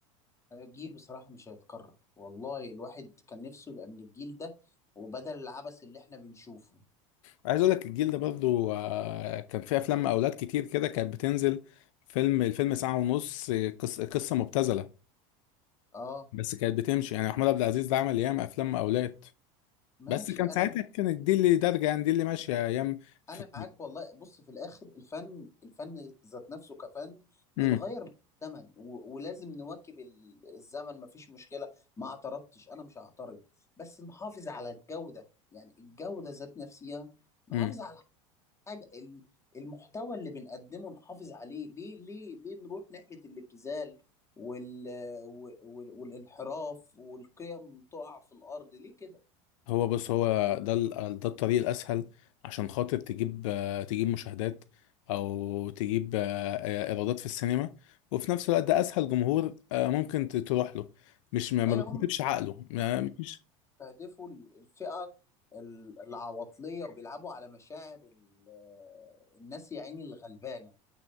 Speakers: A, on the left; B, on the left.
A: آه، الجيل بصراحة مش هيتكرر والله الواحد كان نفسه يبقى من الجيل ده وبدل العبث اللي احنا بنشوفه
B: عايز اقول لك الجيل ده برضو آه، كان فيه افلام اولاد كتير كده كانت بتنزل فيلم الفيلم ساعة ونص آه، قص- قصة مبتذلة
A: اه
B: بس كانت بتمشي يعني محمود عبد العزيز ده عمل ياما افلام اولاد
A: ماشي
B: بس كان
A: انا
B: ساعتها كانت دي اللي دارجة يعني دي اللي ماشية ايام في...
A: انا معاك والله بص في الاخر الفن الفن ذات نفسه كفن بيتغير
B: مم.
A: مع الزمن و- ولازم نواكب ال- الزمن مفيش مشكله ما اعترضتش انا مش هعترض بس نحافظ على الجوده يعني الجوده ذات نفسها نحافظ
B: مم.
A: على الحاجه ال- المحتوى اللي بنقدمه نحافظ عليه ليه ليه ليه نروح ناحيه الابتذال وال وال- والانحراف والقيم تقع في الارض ليه كده
B: هو بص هو ده ال- ده الطريق الاسهل عشان خاطر تجيب آه، تجيب مشاهدات او تجيب آه، آه، ايرادات في السينما وفي نفس الوقت ده اسهل جمهور آه، ممكن ت- تروح له مش ما ما
A: ايوه
B: بتكتبش
A: هم
B: عقله ما- مفيش
A: بيستهدفوا ال- الفئة ال- العواطلية وبيلعبوا على مشاعر ال- الناس يا عيني الغلبانة